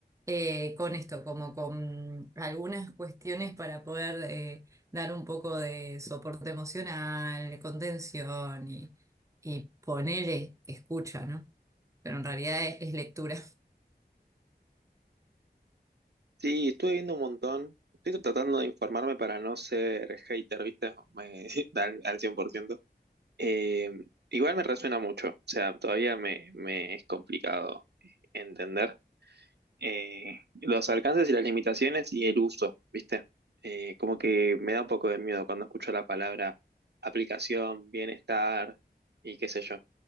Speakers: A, on the right; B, on the right.
A: Eh, con esto, como con algunas cuestiones para poder eh, dar un poco de soporte emocional, contención y, y ponerle escucha, ¿no? Pero en realidad es, es lectura. <laughs>
B: Sí, estuve viendo un montón. Estoy tratando de informarme para no ser hater, ¿viste? <laughs> Me- al, al 100%. Eh, igual me resuena mucho, o sea, todavía me, me es complicado entender eh, los alcances y las limitaciones y el uso, ¿viste? Eh, como que me da un poco de miedo cuando escucho la palabra aplicación, bienestar y qué sé yo.